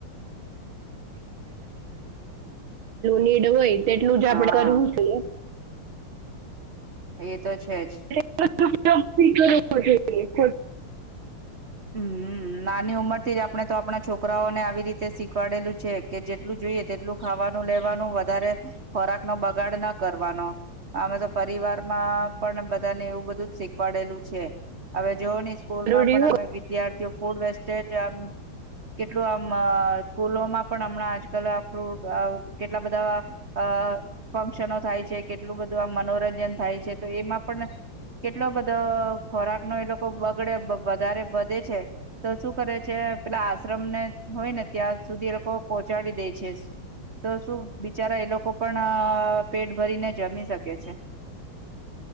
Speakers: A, on the right; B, on the right.
A: નીડ હોય તેટલું જ આપડે
B: હા
A: કરવું જોઈએ. <inaudible>
B: એ
A: <inaudible>
B: તો છે જ
A: <unintelligible>
B: હમ્મ નાની ઉંમર થી જ આપણે તો આપણા છોકરાઓને આવી રીતે શીખવાડેલું છે કે જેટલું જોઈએ તેટલું ખાવાનું લેવાનું વધારે ખોરાક નો બગાડ ના કરવાનો અમે તો પરિવારમાં પણ બધાને એવું બધું જ શીખવાડેલું છે. અવે જોઓની સ્કૂલ
A: જરૂરી
B: માં પણ
A: હોય
B: <unintelligible> ફૂડ વેસ્ટેજ આમ કેટલું આમ અ સ્કૂલોમાં પણ હમણાં આજકાલ ફ્રૂટ અ કેટલા બધા અ ફંક્શનો થાય છે કેટલું બધું આમ મનોરંજન થાય છે તો એમાં પણ કેટલો બધો ખોરાક નો એ લોકો બગડે વધારે વધે છે, તો શું કરે છે પેલા આશ્રમને હોય ને ત્યાં સુધી એ લોકો પહોંચાડી દે છેસ, તો શું બિચારા એ લોકો પણ અ પેટ ભરીને જમી શકે છે.